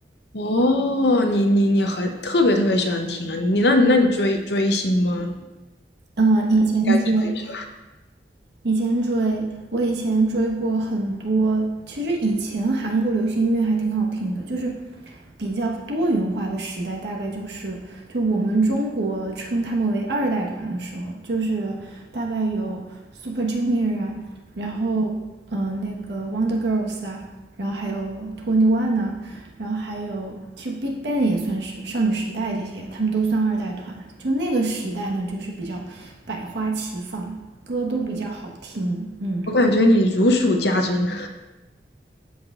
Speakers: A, on the left; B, on the right.
A: 哦，你你你很特别特别喜欢听啊！你那你那你追追星吗？应
B: 嗯，以前追，
A: 该追一下。
B: 以前追，我以前追过很多。其实以前韩国流行音乐还挺好听的，就是比较多元化的时代，大概就是就我们中国称他们为二代团的时候，就是大概有 Super Junior 啊，然后嗯、呃那个 Wonder Girls 啊，然后还有 Twenty One 呐、然后还有其实 Big Bang 也算是少女时代这些，他们都算二代团。就那个时代呢，就是比较百花齐放，歌都比较好听，嗯，
A: 我感觉你如数家珍，